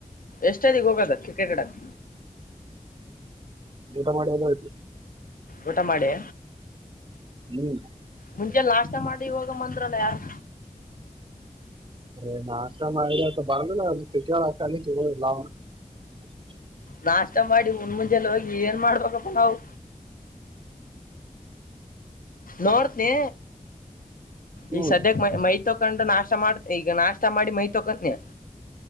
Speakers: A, on the left (about 75°); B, on the right (about 35°).
A: ಎಷ್ಟೊತ್ತಿಗೆ ಹೋಗೋದ ಕ್ರಿಕೆಟ್ ಆಡಕ್
B: ಊಟ ಮಾಡಿ ಎದೆಳ್ತು
A: ಊಟ ಮಾಡಿ
B: ಹ್ಮ್
A: ಮುಂಚೆ ನಾಷ್ಟ ಮಾಡಿ ಇವಾಗ ಮಂದ್ರಲ್ಲ ಯಾರು.
B: ಹೇ ನಾಷ್ಟ ಮಾಡ್ದೆ <unintelligible>
A: ನಾಷ್ಟ ಮಾಡಿ ಉಣಮುಂಜೆಲ್ಲಿ ಹೋಗಿ ಏನ್ ಮಾಡ್ಬೇಕಪ್ಪ ನಾವು. ನೋಡ್ತನಿ.
B: ಹ್ಮ್
A: ಈ ಸದ್ಯಕ್ಕೆ ಮೈ ಮೈ ತೊಕೊಂಡು ನಾಷ್ಟ ಮಾಡ್ತ ಈಗ ನಾಷ್ಟ ಮಾಡಿ ಮೈ ತಕೋತೀನಿ.